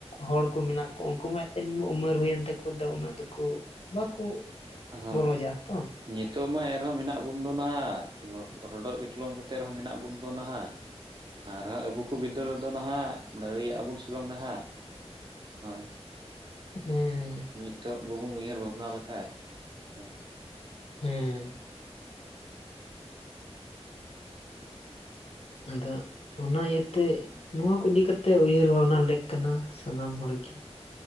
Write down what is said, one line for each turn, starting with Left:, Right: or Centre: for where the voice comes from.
Left: ᱦᱚᱲ ᱠᱚ ᱢᱮᱱᱟᱜ ᱠᱚᱣᱟ ᱩᱱᱠᱩ ᱢᱟ ᱮᱱᱛᱮ ᱩᱢᱟᱹᱨ ᱦᱩᱭᱮᱱ ᱛᱟᱠᱩ ᱫᱚ ᱩᱱᱟᱹᱜ ᱫᱚᱠᱚ ᱵᱟᱠᱩ
Right: ᱦᱳᱭ
Left: ᱜᱚᱨᱚᱡᱟ ᱛᱚ
Right: ᱱᱤᱛᱚᱜ ᱢᱟ ᱮᱱ ᱨᱮᱦᱚᱸ ᱢᱮᱱᱟᱜ ᱵᱚᱱ ᱫᱚ ᱱᱟᱦᱟᱜ ᱨᱚᱰᱚᱡ ᱠᱚᱪᱞᱚᱱ ᱠᱟᱛᱮᱜ ᱨᱮᱦᱚᱸ ᱢᱮᱱᱟᱜ ᱵᱚᱱ ᱫᱚ ᱱᱟᱦᱟᱜ ᱟᱨᱦᱟᱸ ᱟᱵᱚ ᱠᱚ ᱵᱤᱫᱟᱹᱞ ᱨᱮᱫᱚ ᱱᱟᱦᱜ ᱫᱟᱲᱮᱭᱟᱜ-ᱟ ᱵᱚᱱ ᱥᱮ ᱵᱟᱝ ᱱᱟᱦᱜ ᱦᱳᱭ
Left: ᱦᱮᱸ
Right: ᱱᱤᱛᱚᱜ ᱵᱟᱵᱚᱱ ᱩᱭᱦᱟᱹᱨ ᱵᱷᱟᱵᱽᱱᱟ ᱞᱮᱠᱷᱟᱡ ᱦᱩ
Left: ᱦᱮᱸ ᱟᱫᱚ ᱚᱱᱟ ᱤᱭᱟᱹᱛᱮ ᱱᱚᱣᱟ ᱠᱚ ᱤᱫᱤ ᱠᱟᱛᱮᱜ ᱩᱭᱦᱟᱹᱨ ᱵᱷᱟᱵᱽᱱᱟ ᱞᱮᱠ ᱠᱟᱱᱟ ᱥᱟᱱᱟᱢ ᱦᱚᱲᱜᱤ